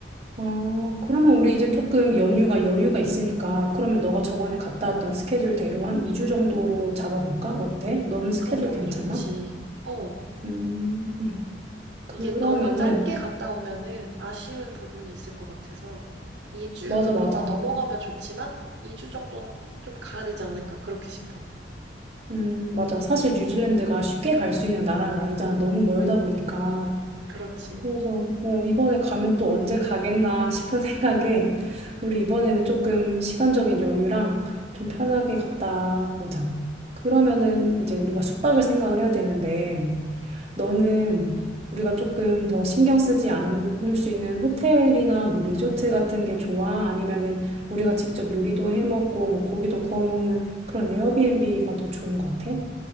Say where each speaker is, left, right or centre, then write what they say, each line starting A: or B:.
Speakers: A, on the right; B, on the right.
A: 어, 그러면 우리 이제 조금 연휴가 여유가 있으니까 그러면 너가 저번에 갔다 왔던 스케줄대로 한 2주 정도로 잡아볼까? 어때? 너는 스케줄
B: 그럼 너무
A: 괜찮아?
B: 좋지. 어,
A: 음. 그러면은
B: 이게 너무 짧게 갔다 오면은 아쉬운 부분이 있을 것 같아서 2주보다
A: 맞아 맞아.
B: 넘어가면 좋지만 2주 정도는 좀 가야 되지 않을까 그렇게 싶어.
A: 음, 맞아. 사실 뉴질랜드가 쉽게 갈 수 있는 나라는 아니잖아. 너무 멀다 보니까.
B: 그렇지.
A: 그래서 어, 이번에 가면 또 언제 가겠나 싶은 <laughs> 생각에 우리 이번에는 조금 시간적인 여유랑 좀 편하게 갔다 오자. 그러면은 이제 우리가 숙박을 생각을 해야 되는데 너는 우리가 조금 더 신경 쓰지 않을 수 있는 호텔이나 뭐 리조트 같은 게 좋아? 아니면은 우리가 직접 요리도 해 먹고 뭐 고기도 구워 먹는 그런 에어비앤비가 더 좋은 것 같아?